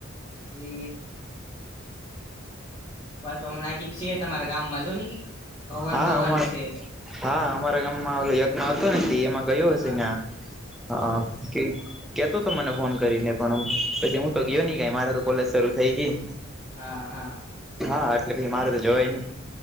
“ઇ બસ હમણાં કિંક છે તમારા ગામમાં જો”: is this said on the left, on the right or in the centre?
Left